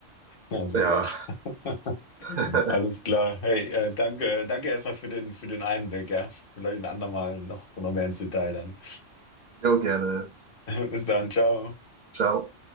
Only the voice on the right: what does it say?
ja,
<laughs>
jo, gerne.
Ciao.